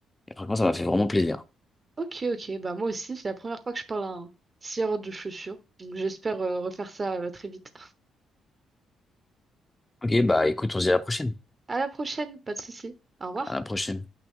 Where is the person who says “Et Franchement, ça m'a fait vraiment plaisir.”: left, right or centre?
Left